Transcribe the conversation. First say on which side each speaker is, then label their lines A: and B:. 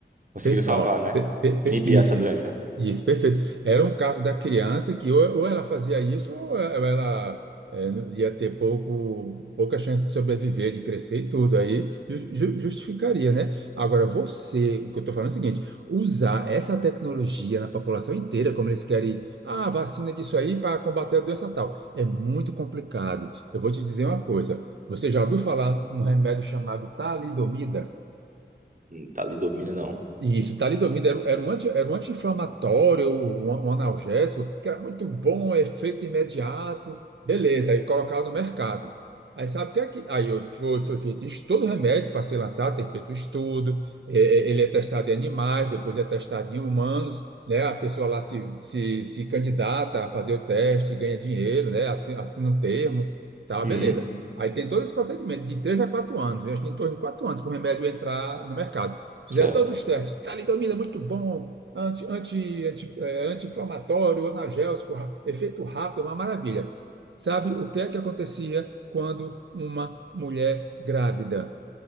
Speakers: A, on the right; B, on the right.
A: conseguiram
B: Per-
A: salvar,
B: Ó,
A: né?
B: per- per- per-
A: Inibir
B: isso,
A: essa
B: isso,
A: doença.
B: isso, perfeito. Era um caso da criança que ou, ou ela fazia isso ou ela é, n- ia ter pouco, pouca chance de sobreviver, de crescer e tudo. Aí ju- ju- justificaria, né? Agora, você, o que eu estou falando é o seguinte: usar essa tecnologia na população inteira, como eles querem, ah, vacina disso aí para combater a doença tal, é muito complicado. Eu vou te dizer uma coisa: você já ouviu falar num remédio chamado talidomida?
A: Não tá ali domínio, não.
B: Isso, talidomida era, um- era um anti, era um anti-inflamatório, um, um analgésico, que era muito bom, efeito imediato. Beleza, aí colocava no mercado. Aí sabe o que é que. Aí eu- foi, foi feito estudo, remédio para ser lançado, tem feito estudo. é, é, ele é testado em animais, depois é testado em humanos, né? A pessoa lá se, se, se candidata a fazer o teste, ganha dinheiro, né? Assina, assina um termo, tá,
A: Hum,
B: beleza. Aí tem todo esse procedimento de três a quatro anos, eu acho que em torno de quatro anos para o remédio entrar no mercado. Fizeram
A: certo.
B: todos os testes. Talidomida, é muito bom. Anti, anti, anti, eh, anti-inflamatório, analgésico, ra- efeito rápido, uma maravilha. Sabe o que é que acontecia quando uma mulher grávida